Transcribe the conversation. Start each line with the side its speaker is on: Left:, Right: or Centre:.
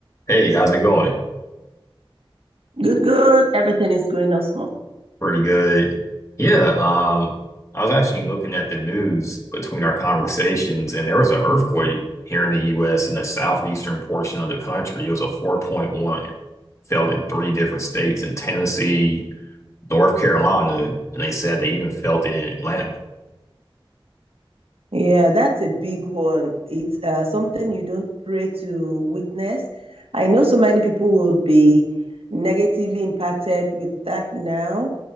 Left: Hey, how's it going?
Right: Good, good. Everything is going on smooth.
Left: Pretty good. Yeah, um, I was actually looking at the news between our conversations, and there was an earthquake here in the US in the southeastern portion of the country. It was a 4.1, felt in three different states in Tennessee, North Carolina, and they said they even felt it in Atlanta.
Right: Yeah, that's a big one. It's uh, something you don't pray to witness. I know so many people will be negatively impacted with that now.